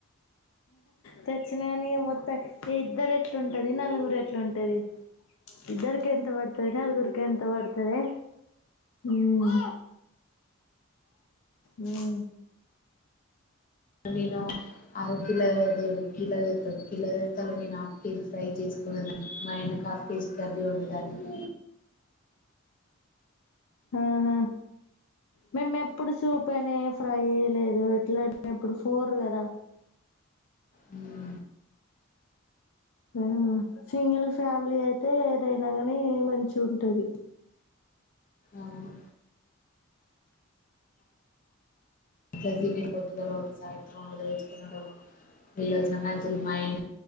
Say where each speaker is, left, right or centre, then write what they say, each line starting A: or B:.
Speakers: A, on the left; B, on the left.
A: తెచ్చినవని మోత ఇద్దరు ఎట్లు ఉంటా నలుగురు ఎట్లుంటది ఇద్దరికి ఎంత పడుతుది నలుగురికి ఎంత <unintelligible> తే మ్మ్ మ్మ్
B: నేను అర కిల దేవుడు కీలదేత్తడు కిలదేత్తలో నేను హాఫ్ కేజీ ఫ్రై చేసుకూడదని మా అయ్యనకూ హాఫ్ కేజీ కర్రీ ఉండదన్ని
A: ఆహా మేము ఎప్పుడు సూప్ అనే ఫ్రై లేదు ఎట్లా ఎప్పుడు ఫోర్ కదా
B: మ్మ్
A: ఆ సింగిల్ ఫ్యామిలీ అయితే ఏదైనా కాని మంచి ఉంటది
B: అవును గ జీని పొద్దుగాల ఒకటి సాయంత్రంలో రోజుకు <unintelligible> వెళ్ళొచ్చిన కాంచెల్లి మాయ